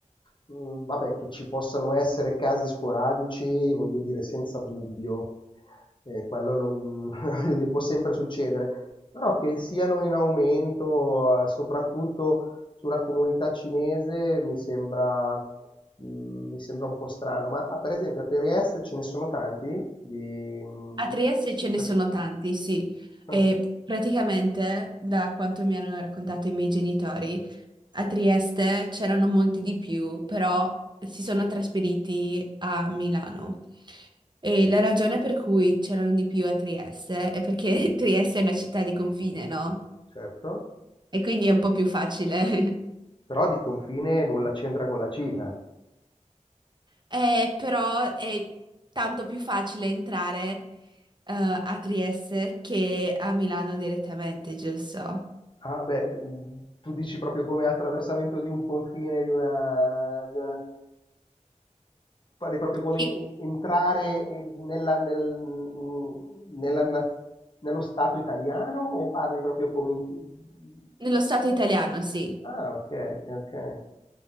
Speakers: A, on the left; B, on the right.
A: mhmm, vabbè che ci possano essere casi sporadici, voglio dire senza dubbio, ehm, quello non <laughs> voglio dire può sempre succedere, però che siano in aumento, eh, soprattutto sulla comunità cinese mi sembra mhmm, mi sembra un po' strano. Ma, ah, per esempio a Trieste ce ne sono tanti di, mhmm,
B: A Trieste ce ne
A: perso
B: sono tanti, sì,
A: ah.
B: e praticamente da quanto mi hanno raccontato i miei genitori, a Trieste c'erano molti di più, però si sono trasferiti a Milano. E la ragione per cui c'erano di più a Trieste è perché <laughs> Trieste è una città di confine, no?
A: Certo,
B: E quindi è un po' più facile.
A: però di confine nulla c'entra con la Cina.
B: Eh, però è tanto più facile entrare, eh, a Trieste che a Milano direttamente, giusto?
A: Ah beh, mhmm, tu dici proprio come attraversamento di un confine, di una di una pare proprio come
B: Sì.
A: en entrare, ehm, nella nel mhmm, nella naz nello Stato italiano o parli proprio come in mhmm
B: Nello stato italiano, sì.
A: Ah, okay, okay.